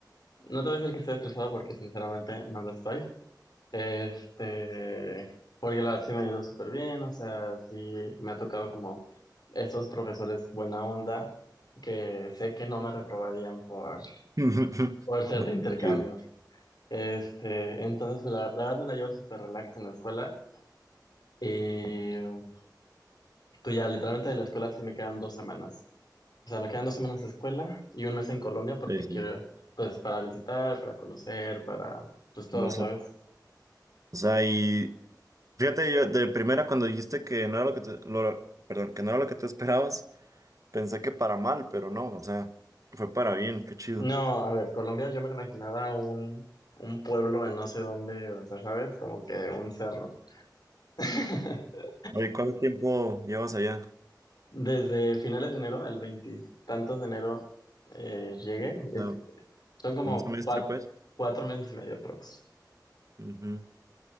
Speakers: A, on the left; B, on the right.
A: no te voy a decir que estoy estresado porque sinceramente no lo estoy. Este, porque la verdad sí me ha ido súper bien, o sea, sí me ha tocado como esos profesores buena onda que sé que no me reprobarían por,
B: <laughs>
A: por ser de intercambio.
B: Chido.
A: Este, entonces la, la verdad me la llevo súper relax en la escuela y pues ya literalmente de la escuela sí me quedan dos semanas. O sea, me quedan dos semanas de escuela y un mes en Colombia porque
B: Sí, sí.
A: quiero, pues, para visitar, para conocer, para, pues, todo,
B: Más,
A: ¿sabes?
B: o sea, y Fíjate, yo de primera cuando dijiste que no era lo que te, lo- perdón, que no era lo que te esperabas, pensé que para mal, pero no, o sea, fue para bien, qué chido.
A: No, a ver, Colombia yo me lo imaginaba un, un pueblo en no sé dónde, o sea, ¿sabes? Como que un cerro. <laughs>
B: Oye, ¿cuánto tiempo llevas allá?
A: Desde finales de enero, el veintitantos de enero, eh, llegué.
B: O
A: Es-
B: sea,
A: son como
B: un semestre,
A: cuat-
B: pues.
A: cuatro meses y medio aprox.
B: Ujú.